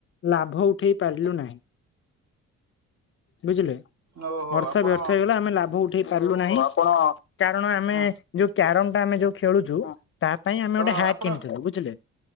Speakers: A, on the left (about 45°); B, on the right (about 65°).
A: ଲାଭ ଉଠେଇ ପାରିଲୁ ନାହିଁ। ବୁଝିଲେ
B: ଓହୋ
A: ଅର୍ଥ
B: ଆପଣ
A: ବ୍ୟର୍ଥ ହେଇଗଲା ଆମେ ଲାଭ ଉଠେଇ ପାରିଲୁ ନାହିଁ। କାରଣ ଆମେ
B: ହଁ
A: ଯୋଉ କ୍ୟାରମ ଟା ଆମେ ଯୋଉ ଖେଳୁଛୁ ତା ପାଇଁ ଆମେ
B: ଓ
A: ଗୋଟେ ହ୍ୟାକ୍
B: ଆପଣ
A: କିଣିଥିଲୁ। ବୁଝିଲେ?